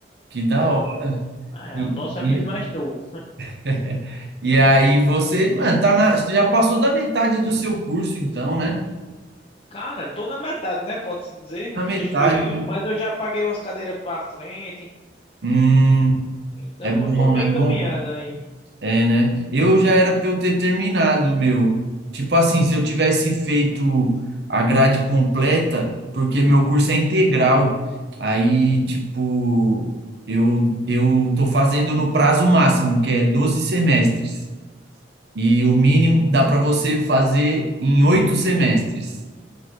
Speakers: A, on the right; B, on the left.
A: que da
B: Então,
A: hora.
B: é,
A: E,
B: o nosso é
A: e-
B: bem mais novo.
A: <laughs> E aí você, mano, tá na, você já passou da metade do seu curso, então, né?
B: Cara, tô na metade, né? Pode-se dizer, no
A: Na metade,
B: sexto período,
A: né?
B: mas eu já paguei umas cadeiras pra frente.
A: Hum,
B: Então
A: é bom,
B: eu tô bem
A: é
B: encaminhado
A: bom.
B: aí.
A: É, né? Eu já era pra eu ter terminado o meu. Tipo assim, se eu tivesse feito a grade completa, porque meu curso é integral. Aí, tipo, eu, eu tô fazendo no prazo máximo, que é 12 semestres. E o mínimo dá pra você fazer em oito semestres.